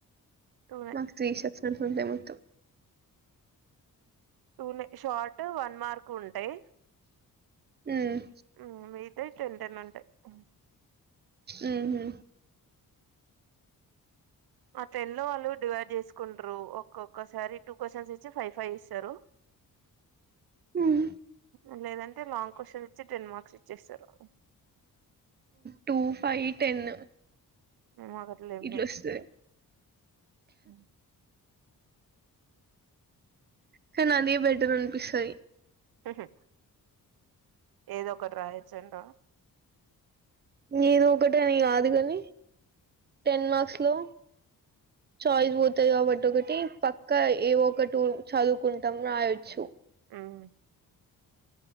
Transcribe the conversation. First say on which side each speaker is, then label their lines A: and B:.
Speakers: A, on the right; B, on the right.
A: టూనే
B: మాకు త్రీ సెక్షన్స్ ఉండే మొత్తం
A: టూ నే షార్ట్ వన్ మార్క్ ఉంటాయ్.
B: హ్మ్
A: ఉం మిగతాయి టెన్ టెన్ ఉంటాయి. అం
B: ఆహ
A: ఆ టెన్ లో వాళ్ళు డివైడ్ చేసుకుంటారు ఒక్కొక్కసారి టూ క్వశ్చన్స్ ఇచ్చి ఫైవ్ ఫైవ్ ఇస్తారు
B: హ్మ్
A: ఆ లేదంటే లాంగ్ క్వశ్చన్ ఇచ్చి టెన్ మార్క్స్ ఇచ్చేస్తారు
B: టూ, ఫైవ్, టెన్
A: మాకు అట్లే ఏం
B: ఇట్లా
A: లేదు.
B: వస్తది
A: ఉ
B: కానీ అదే బెడ్రూమ్ అనిపిస్తది.
A: ఊహుం ఏదో ఒకటి రాయొచ్చంట
B: నేను ఒకటి అని కాదు కాని టెన్ మార్క్స్ లో చాయిస్ పోతాయి కాబట్టి ఒకటి పక్క ఏ ఒకటి చదువుకుంటాం రాయొచ్చు.
A: ఉం